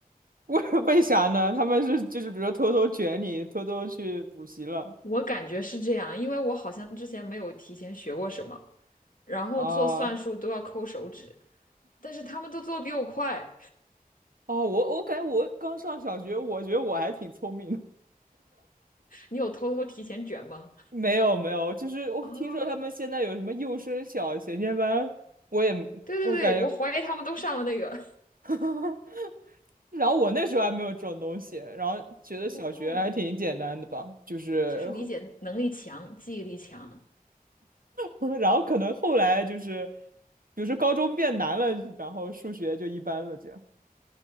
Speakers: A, on the right; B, on the left.
A: 为 <laughs> 为啥呢？他们是就是比如说偷偷卷你，偷偷去补习了
B: 我感觉是这样，因为我好像之前没有提前学过什么，然后做算术都要抠手指，
A: 啊
B: 但是他们都做的比我快。
A: 哦，我我感觉我刚上小学，我觉得我还挺聪明的。<laughs>
B: 你有偷偷提前卷吗？
A: 没有没有，就是我听说他们现在有什么幼升小衔接班，
B: 啊，
A: 我也我感觉，
B: 对对对，我怀疑他们都上了那个。
A: <laughs> 然后我那时候还没有这种东西，然后觉得小学还挺简单的吧，
B: <laughs> 哦，
A: 就是。
B: 就是理解能力强，记忆力强，
A: <laughs> 然后可能后来就是，比如说高中变难了，然后数学就一般了，这样。